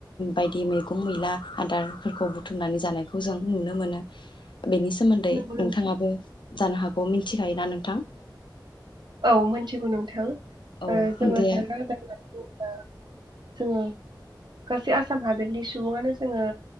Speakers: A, on the left; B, on the right.
A: बायदि मैगं मैला आदार फोरखौ बुथुमनानै जानायखौ जों नुनो मोनो। बेनि सोमोन्दै
B: नंगौ नोंथां
A: नोंथाङाबो जानो हा अ' मिन्थिखायोना नोंथां?
B: औ मिन्थिगौ नोंथां ओ
A: औ
B: जोङो
A: दे
B: जाग्रा आदार होननानै बुङोब्ला जोङो गासै आसाम हादोरनि सुबुङानो जोङो